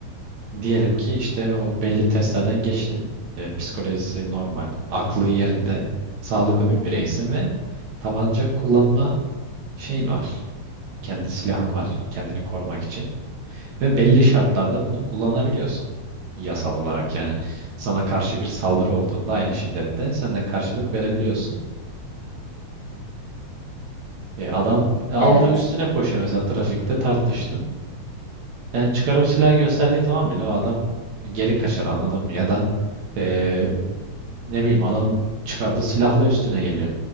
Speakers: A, on the right; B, on the left.
A: Diyelim ki işte o belli testlerden geçtin. E, psikolojisi normal, aklı yerinde, sağlıklı bir
B: Hı
A: bireysin
B: hı.
A: ve tabanca kullanma şeyin var. Kendi silahın var kendini korumak için. Ve belli şartlarda bunu kullanabiliyorsun. Yasal olarak yani sana karşı bir saldırı olduğunda aynı şiddette sen de karşılık verebiliyorsun. E, adam aldı
B: Evet.
A: üstüne koşuyor mesela trafikte tartıştın. Yani çıkarıp silah gösterdiğin zaman bile o adam geri kaçar anladın mı? Ya da e, Ne bileyim adam çıkardı silahla üstüne geliyor.